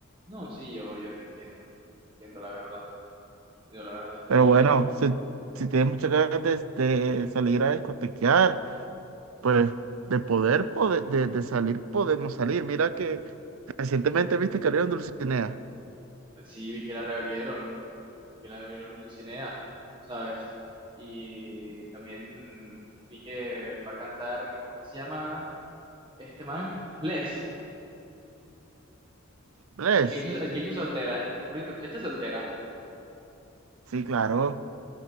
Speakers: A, on the right; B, on the right.
A: No, sí, yo, yo te entiendo. Entiendo la verdad. Entiendo la verdad. Y
B: Pero bueno, si, si tienes muchas ganas de, de salir a discotequear. pues de poder, pode- de, de salir, podemos salir. Mira que recientemente viste que abrieron Dulcinea.
A: sí, vi que la reabrieron, que la abrieron en Cinea, ¿sabes? Y también vi que va a cantar, ¿cómo es que se llama este man? Bless,
B: ¿Ves?
A: el que hizo, el que hizo Soltera. Por cierto, ¿escuchaste Soltera?
B: Sí, claro.